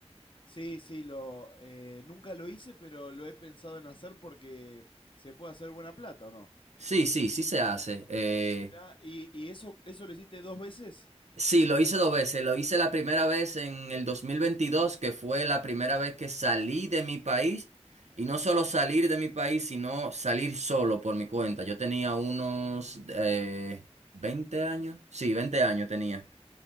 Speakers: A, on the left (about 50°); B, on the right (about 85°).
A: Sí, sí, lo, eh, nunca lo hice, pero lo he pensado en hacer porque se puede hacer buena plata, ¿o no?
B: Sí, sí, sí se hace. Eh,
A: Mirá, ¿y, y eso, eso lo hiciste dos veces?
B: sí, lo hice dos veces. Lo hice la primera vez en el 2022, que fue la primera vez que salí de mi país. Y no solo salir de mi país, sino salir solo por mi cuenta. Yo tenía unos eh, 20 años. Sí, 20 años tenía.